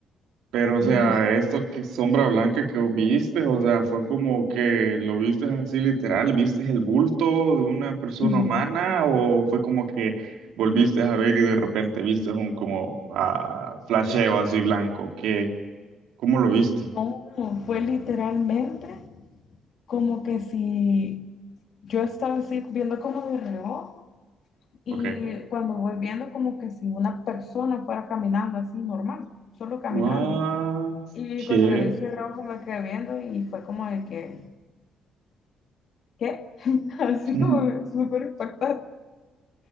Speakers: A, on the right (about 85°); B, on the left (about 60°).
A: Pero, o sea,
B: No sé.
A: esto que sombra blanca que viste, o sea, fue como que lo viste así literal, ¿viste el bulto de una persona
B: Ujú.
A: humana o fue como que volviste a ver y de repente viste un como ah, flasheo así blanco? ¿Qué? ¿Cómo lo viste?
B: No, fue literalmente como que si yo estaba así viendo como de reojo y
A: Ok.
B: cuando voy viendo como que si una persona fuera caminando así normal, solo caminando.
A: What?
B: Y
A: ¿Qué?
B: cuando le vi su reojo me quedé viendo y fue como de que, ¿qué? <laughs> Así
A: <laughs>
B: como súper impactante.